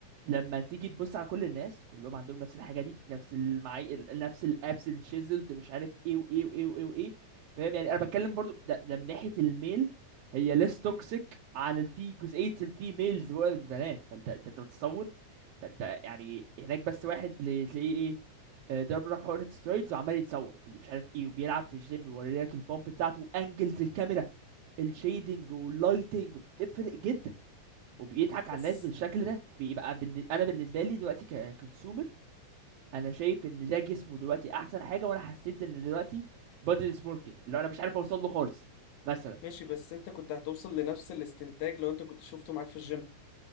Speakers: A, on the right; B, on the left.
A: لما تيجي تبص على كل الناس كلهم عندهم نفس الحاجه دي نفس المعاي ال- نفس الابس الشيزلد مش عارف ايه وايه وايه وايه وايه فاهم يعني انا بتكلم برضو ده, ده من ناحيه الميل هي less toxic على الفي جزئيه الفيميلز والبنات فانت انت بتتصور انت انت يعني هناك بس واحد ل- تلاقيه ايه آه، ضرب لك حقنة سترويدز وعمال يتصور وبي- مش عارف ايه وبيلعب في الجيم ويوري لك البومب بتاعته وانجلز الكاميرا الشيدنج واللايتنج بتفرق جدا وبيضحك على
B: بس
A: الناس بالشكل ده وبيبقى بالن... انا بالنسبه لي دلوقتي ككونسيومر انا شايف ان ده جسمه دلوقتي احسن حاجه وانا حسيت ان دلوقتي بادي ديسمورفيا اللي انا مش عارف اوصل له خالص مثلا
B: ماشي بس انت كنت هتوصل لنفس الاستنتاج لو انت كنت شفته معاك في الجيم